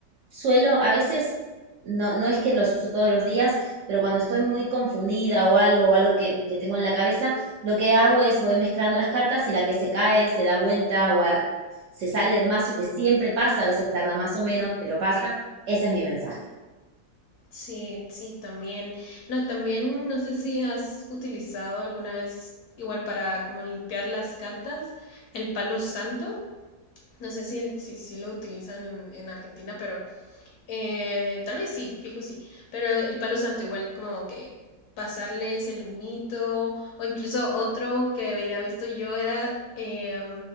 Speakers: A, on the right; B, on the left.
A: suelo a veces, no, no es que los uso todos los días, pero cuando estoy muy confundida o algo o algo que, que tengo en la cabeza, lo que hago es voy mezclando las cartas y la que se cae se da vuelta o a- se sale del mazo, que siempre pasa, a veces tarda más o menos,
B: Sí,
A: pero pasa. Ese es mi mensaje.
B: sí, sí, también. No, también no sé si has utilizado alguna vez, igual para como limpiar las cartas, el palo santo. No sé si, si, si lo utilizan en, en Argentina, pero Eh, tal vez sí, fijo sí. Pero el palo santo, igual como que pasarles el humito, o incluso otro que había visto yo era eh,